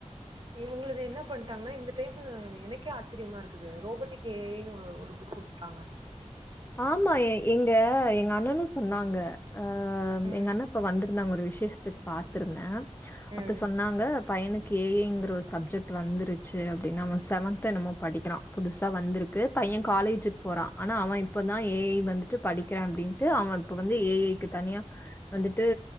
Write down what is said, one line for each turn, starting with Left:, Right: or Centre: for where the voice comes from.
Right: இவுங்க்ளுது என்ன பண்டாங்கன்னா இந்த டைம்மு எனக்கே ஆச்சிரியமா இருக்குது ரோபோட்டிக் ஏஐணு ஒரு புக் கொடுத்துட்டாங்க
Left: ஆமா எங்க எங்க அண்ணனும் சொன்னாங்க அஹ்
Right: ம்
Left: எங்க அண்ணா இப்ப வந்திருந்தாங்க ஒரு விசேஷத்துக்கு பாத்துருந்தேன்
Right: ம்
Left: அப்ப சொன்னாங்கப் பையனுக்கு ஏ ஐ ங்கிற ஒரு சப்ஜெக்ட் வந்துருச்சு அப்டின்னு அவ செவன்த்து என்னமோ படிக்கிறா புதுசா வந்துருக்கு பைய காலேஜுக்கு போறா ஆனா அவ இப் இப்பந்தா ஏ ஐ வந்துட்டு படிக்கிறா அப்டின்ட்டு அவ இப்ப வந்து ஏ ஐ க்கு தனியா வந்துட்டு